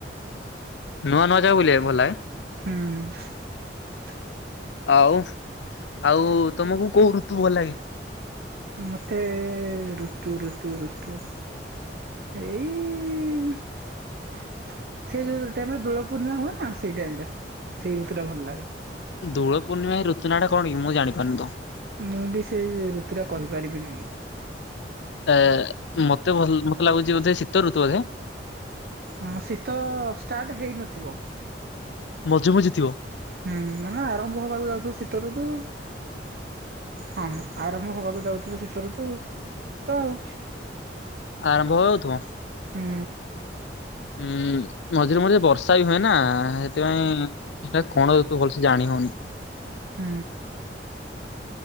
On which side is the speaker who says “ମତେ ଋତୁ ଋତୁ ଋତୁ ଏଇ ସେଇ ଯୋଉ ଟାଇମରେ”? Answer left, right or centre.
Right